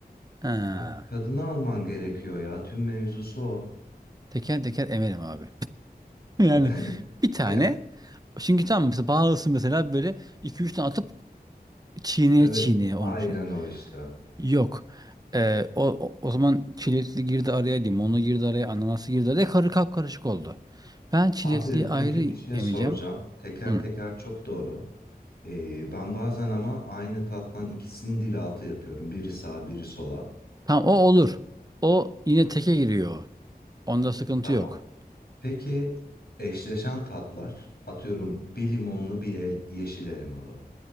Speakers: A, on the right (about 25°); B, on the left (about 75°).
A: Ha,
B: Abi tadını alman gerekiyor ya tüm mevzusu o.
A: teker teker emerim abi. <laughs>
B: Ee,
A: Yani
B: <laughs>
A: bir tane çünkü tam mesela bağlısı mesela böyle iki üç tane atıp çiğneye
B: Evet
A: çiğneye onu
B: aynen
A: şey.
B: o işte.
A: Yok. E, o, o, o zaman çilekli girdi araya, limonlu girdi araya, ananası girdi araya karı karışık oldu. Ben çilekliyi
B: Abi
A: ayrı
B: peki bir şey
A: emeceğim.
B: soracağım. Teker
A: Hı.
B: teker çok doğru. Ee, ben bazen ama aynı tattan ikisini dil altı yapıyorum. Biri sağ biri sola.
A: Tamam o olur. O yine teke giriyor. Onda sıkıntı
B: Tamam.
A: yok.
B: Peki eşleşen tatlar atıyorum bir limonlu bir el, yeşil elmalı.